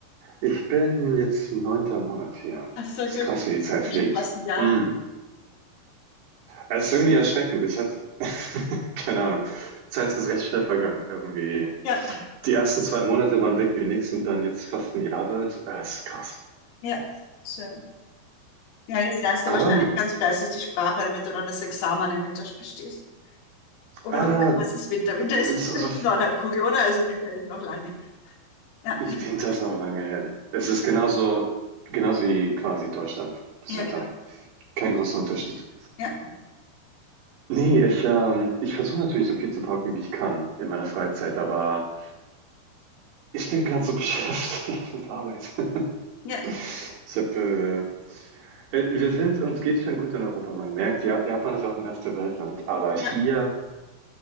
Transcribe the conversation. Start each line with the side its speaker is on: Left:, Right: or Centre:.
Right: Ich bin jetzt neunter Monat hier.
Left: Ach so,
Right: Ist
Left: gut.
Right: krass, wie die Zeit fliegt.
Left: Schon fast ein Jahr.
Right: Hm. Es ist irgendwie erschreckend. Ich hatte, <laughs> keine Ahnung. Zeit ist recht schnell vergangen. Irgendwie.
Left: Ja,
Right: Die ersten zwei Monate waren weg wie nix und dann jetzt fast ein Jahr wird. Äh, ist krass.
Left: ja, schön. Ja, jetzt lernst du
Right: Aber
Left: wahrscheinlich ganz fleißig die Sprache, damit du dann das Examen im mit bestehst. Oder
Right: Ah,
Left: was, was ist Winter? Winter ist
Right: so,
Left: <laughs>
Right: so,
Left: Nordhalbkugel, oder? Also Winter ist noch lange nicht. Ja,
Right: ich- Winter ist noch lange hin. Es ist genauso, genauso wie quasi Deutschland, das
Left: ja,
Right: Wetter.
Left: genau.
Right: Kein großer Unterschied.
Left: Ja,
Right: Nee, ich, ähm, ich versuche natürlich so viel zu parken, wie ich kann in meiner Freizeit, aber ich bin gerade so <laughs> beschäftigt mit Arbeit.
Left: ja,
Right: Ich habe, äh, äh, wir sind, uns geht's schon gut in Europa. Man merkt, ja, Japan ist auch ein erste Weltland, aber hier
Left: ja,